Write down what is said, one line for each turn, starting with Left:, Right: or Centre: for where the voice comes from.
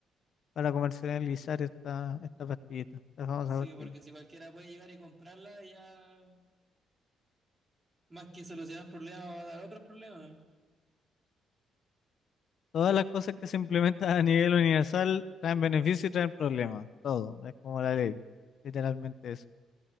Left: para comercializar esta, esta pastillita, esta famosa
Right: Sí,
Left: pastilla.
Right: porque si cualquiera puede llegar y comprarla, ya más que solucionar problemas va a dar otros problemas.
Left: Todas las cosas que se implementan a nivel universal traen beneficios y traen problemas. Todo. Es como la ley. Literalmente eso.